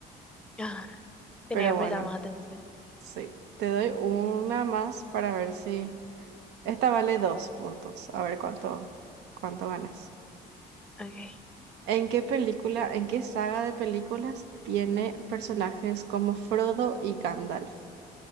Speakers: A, in the centre; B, on the right (about 85°).
A: Ah, Tenía
B: Pero
A: que
B: bueno,
A: prestar más atención.
B: sí. Te doy una más para ver si... Esta vale dos puntos. A ver cuánto, cuánto ganas.
A: Ok.
B: ¿En qué película, en qué saga de películas tiene personajes como Frodo y Gandalf?